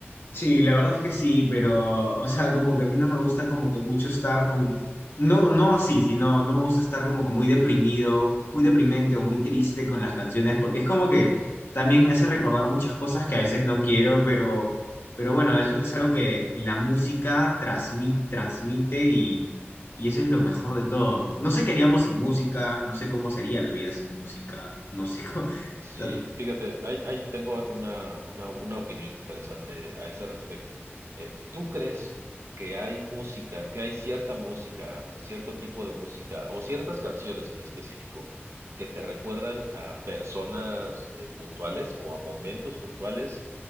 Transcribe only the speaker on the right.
Es
cierto.
Sí,
fíjate, ahí, ahí tengo una, una, una opinión interesante a ese respecto. Eh, ¿tú crees que hay música, que hay cierta música o cierto tipo de música o ciertas canciones en específico que te recuerdan a personas eh, puntuales o a momentos puntuales